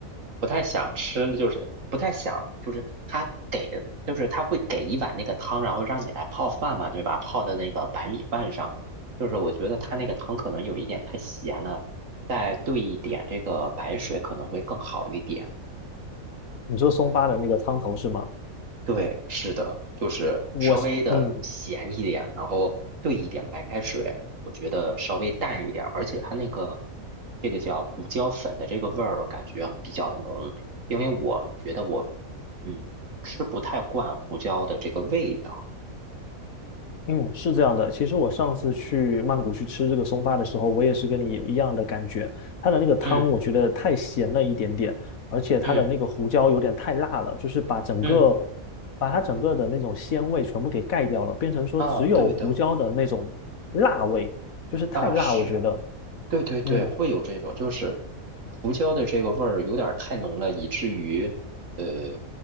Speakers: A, on the right; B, on the left.
A: 不太想吃，就是不太想，就是他给的，就是他会给一碗那个汤，然后让你来泡饭嘛，对吧？泡的那个白米饭上，就是我觉得他那个汤可能有一点太咸了，再兑一点这个白水可能会更好一点。
B: 你说松发的那个汤头是吗？
A: 对，是的，就是稍微的咸一点，
B: 我是嗯。
A: 然后兑一点白开水，我觉得稍微淡一点，而且它那个这个叫胡椒粉的这个味儿感觉比较浓，因为我觉得我嗯吃不太惯胡椒的这个味道。
B: 嗯，是这样的。其实我上次去曼谷去吃这个松发的时候，我也是跟你有一样的感觉。它的那个汤我觉得太咸了一点点，
A: 嗯
B: 而且它的那个胡椒有点太辣了，
A: 嗯
B: 就是把整个
A: 嗯，
B: 把它整个的那种鲜味全部给盖掉了，变成说只有胡椒的那种辣味，
A: 啊，对的，
B: 就是太辣，
A: 啊是啊。
B: 我觉得。
A: 对对对，
B: 嗯。
A: 会有这种，就是胡椒的这个味儿有点儿太浓了，以至于呃，